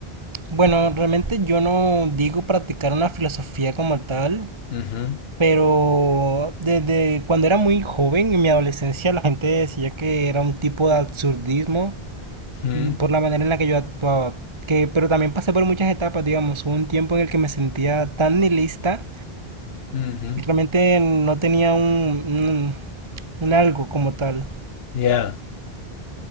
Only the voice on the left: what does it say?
Ujú,
mm,
ujú,
Ya,